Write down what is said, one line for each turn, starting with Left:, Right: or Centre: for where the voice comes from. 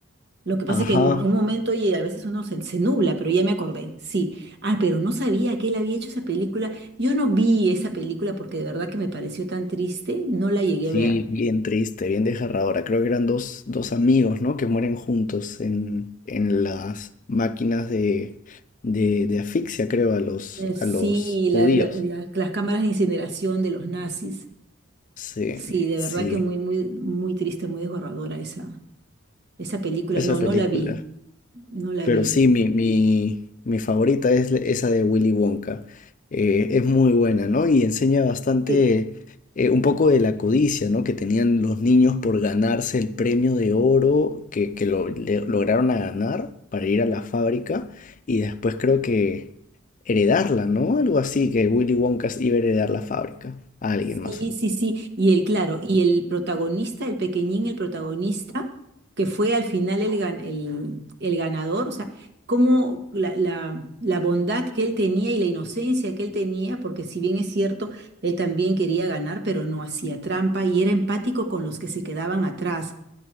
Right: Lo que pasa
Left: Ajá.
Right: es que en un momento, oye, a veces uno se, se nubla, pero ya me acordé, sí. Ah, pero no sabía que él había hecho esa película. Yo no vi esa película porque de verdad que me pareció tan triste, no la llegué
Left: Sí,
Right: a ver.
Left: bien triste, bien desgarradora. Creo que eran dos, dos amigos, ¿no? Que mueren juntos en, en las máquinas de, de, de asfixia, creo, a los,
Right: Eh, Sí,
Left: a los
Right: la-
Left: judíos.
Right: la- la- las cámaras de incineración de los nazis.
Left: Sí,
Right: Sí, de
Left: sí,
Right: verdad que muy, muy, muy triste, muy desgarradora esa, esa película.
Left: esa
Right: No, no
Left: película.
Right: la vi, no la
Left: Pero
Right: vi.
Left: sí, mi, mi, mi favorita es la- esa de Willy Wonka. Eh, es muy buena, ¿no? Y enseña bastante
Right: Eh,
Left: eh, un poco de la codicia, ¿no? Que tenían los niños por ganarse el premio de oro que, que lo le- lograron a ganar para ir a la fábrica y después creo que heredarla, ¿no? Algo así, que Willy Wonka iba a heredar la fábrica a alguien más.
Right: Sí, sí, sí. Y el, claro, y el protagonista, el pequeñín, el protagonista, que fue al final el, gan- el, el ganador, o sea, cómo la, la, la bondad que él tenía y la inocencia que él tenía, porque si bien es cierto, él también quería ganar, pero no hacía trampa y era empático con los que se quedaban atrás.